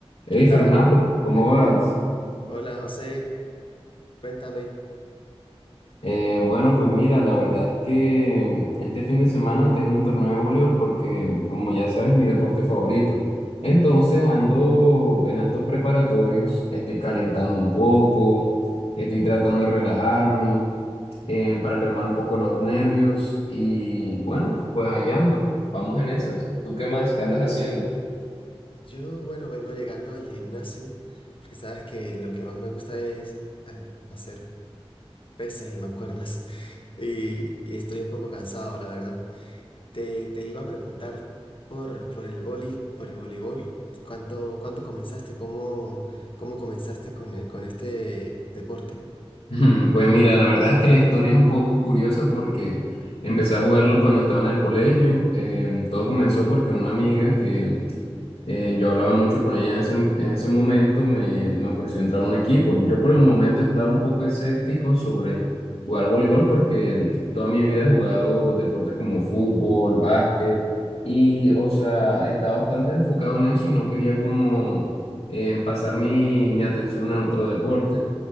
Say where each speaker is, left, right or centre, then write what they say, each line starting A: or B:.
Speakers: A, on the left; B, on the left.
A: Hey
B: ¿Qué tal?
A: Fernando, ¿cómo
B: <laughs>
A: vas?
B: Hola José, cuéntame.
A: Eh, bueno, pues mira, la verdad es que este fin de semana tengo un torneo de voleibol porque, como ya sabes, mi deporte favorito. Entonces ando en actos preparatorios, estoy calentando un poco, estoy tratando de relajarme eh, para calmar un poco los nervios y bueno, pues ahí ando, vamos en esas. ¿Tú qué más? ¿Qué andas haciendo?
B: Yo, bueno, vengo llegando del gimnasio, porque sabes que lo que más me gusta es eh, hacer pesas y mancuernas, <laughs> y, y estoy un poco cansado, la verdad. Te, te iba a preguntar por, por el vóley, por el voleibol, ¿cuándo, cuándo comenzaste? ¿Cómo, cómo comenzaste con, el- con este deporte?
A: <laughs> Pues mira, la verdad es que la historia es un poco curiosa porque empecé a jugarlo cuando estaba en el colegio. Em, todo comenzó porque una amiga que eh, yo hablaba mucho con ella en ese, en ese momento me, me ofreció entrar a un equipo. Yo por el momento estaba un poco escéptico sobre jugar voleibol porque em, toda mi vida he jugado deportes como fútbol, básquet y, o sea, estaba bastante enfocado en eso y no quería como em, pasar mi, mi atención en otro deporte.